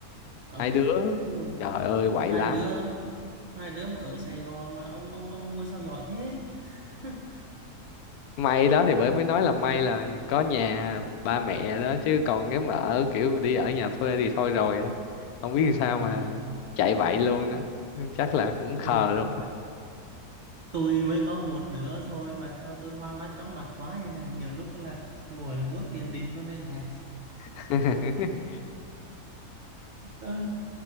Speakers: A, on the right; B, on the left.
A: ờ
B: hai đứa
A: ừ.
B: trời ơi quậy
A: hai
B: lắm
A: đứa hai đứa mà ở Sài Gòn mà ông ông ông nuôi sao giỏi thế <laughs>
B: may đó thì bởi mới nói là may là có nhà ba mẹ đó chứ còn nếu mà ở kiểu đi ở nhà thuê thì thôi rồi đó. không biết làm sao
A: ừ.
B: mà chạy vậy luôn đó chắc là cũng khờ
A: tôi
B: luôn
A: tôi mới có một đứa thôi mà sao tôi hoa mắt chóng mặt quá vậy này nhiều lúc là ngồi là muốn tiền đình luôn đây này
B: <laughs>
A: <laughs> ừ.